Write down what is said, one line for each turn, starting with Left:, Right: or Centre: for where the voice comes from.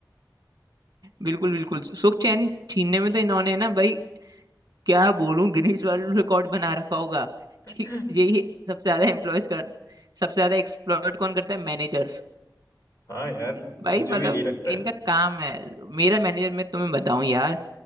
Right: बिल्कुल बिल्कुल सुख चैन छीनने में तो इन्होंने ना भाई क्या बोलूं गिनीज वर्ल्ड रिकॉर्ड बना रखा होगा
Left: <laughs>
Right: कि यही सबसे ज्यादा एम्प्लॉयज कर सबसे ज्यादा एक्सप्लॉइट कौन करता है मैनेजर्स
Left: हाँ यार
Right: भाई
Left: मुझे
Right: मतलब
Left: भी यही लगता है
Right: इनका काम है मेरा मैनेजर मैं तुम्हें बताऊं यार